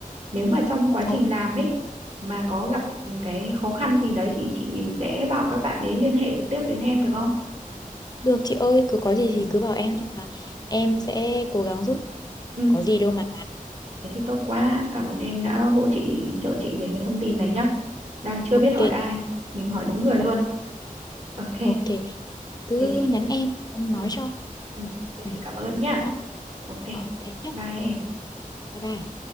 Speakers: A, on the right; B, on the left.
A: Nếu mà trong quá trình
B: Ồ,
A: làm ấy mà có gặp cái khó khăn gì đấy thì chị sẽ bảo các bạn ấy liên hệ trực tiếp đến em được không?
B: được chị ơi. Cứ có gì
A: Ừ.
B: thì cứ bảo em. Là em sẽ cố gắng giúp.
A: Ừ.
B: Có gì đâu mà.
A: Thế thì tốt quá. Cảm ơn em đã hỗ chị trợ chị về cái thông tin này nhá. Đang chưa
B: Ok.
A: biết hỏi ai, mình hỏi đúng người luôn.
B: O-
A: Ok.
B: ok. Cứ
A: thế chị
B: nhắn em. Em
A: ừ,
B: nói cho.
A: ừ, thế
B: Ừ.
A: chị cảm ơn nhá
B: Nhá.
A: ok
B: Ờ thế nhá.
A: bye em
B: Bye bye.